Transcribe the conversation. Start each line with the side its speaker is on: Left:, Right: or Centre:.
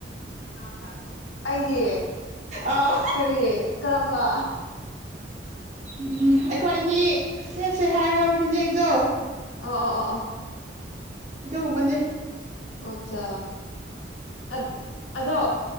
Left: <unintelligible> ꯑꯩꯒꯤ
Right: ꯑꯥ
Left: ꯀꯔꯤ ꯀꯔꯝꯕ
Right: ꯎꯝ ꯑꯩꯈꯣꯏ ꯏꯅꯤ ꯁꯦꯠꯁꯦ ꯍꯥꯏꯕ ꯐꯤꯅꯦꯛꯇꯣ
Left: ꯑꯣ ꯑꯣ ꯑꯣ ꯑꯣ
Right: ꯑꯗꯨꯒꯨꯝꯕꯅꯦ
Left: ꯑꯣꯆꯥ ꯑꯠ ꯑꯗꯣ